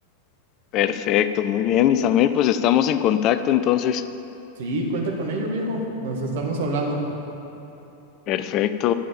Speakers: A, on the left; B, on the right.
A: Perfecto, muy bien, Isamel, pues estamos en contacto entonces.
B: Sí, cuenta con ello, viejo. Nos estamos hablando.
A: Perfecto.